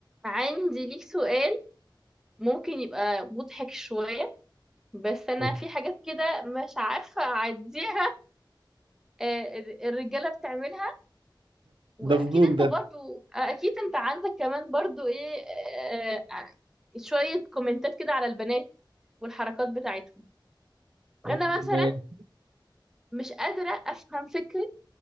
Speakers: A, in the centre; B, on the right.
A: عندي ليك سؤال ممكن يبقى مضحك شوية بس أنا
B: <laughs> أوكي.
A: في حاجات كده مش عارفة أعديها آه، الرجالة بتعملها وأكيد
B: ده فضول
A: أنت
B: ده
A: برضو آه، أكيد أنت عندك كمان برضو إيه آه، آه، شوية كومنتات كده على البنات والحركات بتاعتهم
B: م-
A: أنا مثلا مش قادرة أفهم فكرة